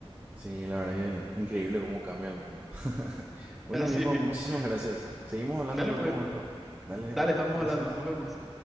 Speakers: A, on the right (about 20°); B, in the centre.
A: Sí, la verdad que increíble cómo cambia el mundo. <laughs> bueno,
B: <laughs> Así
A: viejo,
B: mismo.
A: muchísimas gracias. Seguimos hablando
B: Dale
A: en otro
B: pues,
A: momento. Dale,
B: dale, estamos
A: gracias.
B: hablando, nos vemos.